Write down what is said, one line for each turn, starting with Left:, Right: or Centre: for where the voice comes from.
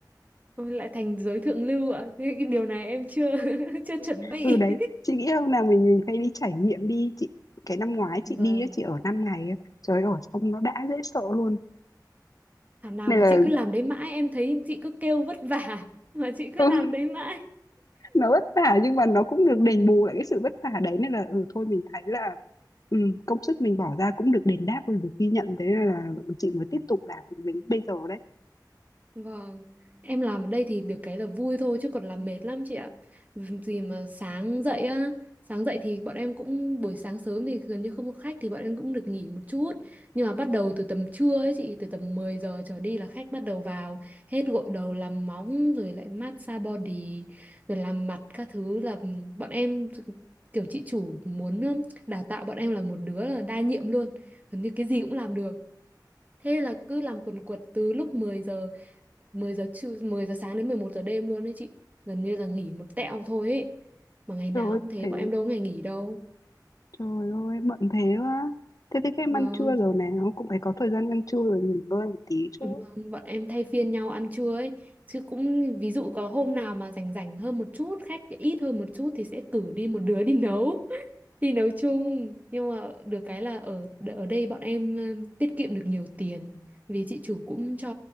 Right: ôi lại thành giới thượng lưu ạ. Cái cái điều này em chưa <laughs> chưa chuẩn bị.
Left: Ừ đấy, chị nghĩ hôm nào mình mình phải đi trải nghiệm đi chị. Cái năm ngoái chị
Right: Vâng,
Left: đi á, chị ở 5 ngày. á. Trời ơi, xong nó đã dễ sợ luôn.
Right: thảo nào
Left: Này
Right: mà
Left: là
Right: chị cứ làm đấy mãi, em thấy chị cứ kêu vất vả mà chị cứ
Left: <laughs>
Right: làm đấy mãi.
Left: nó vất vả nhưng mà nó cũng được đền bù lại cái sự vất vả đấy nên là ừ thôi mình thấy là ừ, công sức mình bỏ ra cũng được đền đáp và được ghi nhận thế nên là ừ, chị mới tiếp tục làm được đến bây giờ đấy
Right: Vâng, em làm ở đây thì được cái là vui thôi chứ còn làm mệt lắm chị ạ. Gì mà sáng dậy á, sáng dậy thì bọn em cũng buổi sáng sớm thì gần như không có khách thì bọn em cũng được nghỉ một chút. Nhưng mà bắt đầu từ tầm trưa ấy chị, từ tầm 10 giờ trở đi là khách bắt đầu vào, hết gội đầu làm móng rồi lại massage body rồi làm mặt các thứ là bọn em kiểu chị chủ muốn um, đào tạo bọn em là một đứa là đa nhiệm luôn, gần như cái gì cũng làm được. Thế là cứ làm quần quật từ lúc mười giờ 10 giờ trưa 10 giờ sáng đến 11 giờ đêm luôn đấy chị gần như là nghỉ một tẹo thôi ấy mà ngày nào
Left: trời ơi
Right: cũng thế
Left: thế
Right: bọn em đâu có ngày nghỉ đâu
Left: trời ơi bận thế quá thế thì các em
Right: vâng
Left: ăn trưa rồi nào cũng phải có thời gian ăn trưa rồi nghỉ ngơi một tí chứ
Right: vâng, bọn em thay phiên nhau ăn trưa ấy chứ cũng ví dụ có hôm nào mà rảnh rảnh hơn một chút khách ít hơn một chút thì sẽ cử đi một đứa đi nấu <laughs> đi nấu chung nhưng mà được cái là ở ở đây bọn em ừm, tiết kiệm được nhiều tiền vì chị chủ cũng cho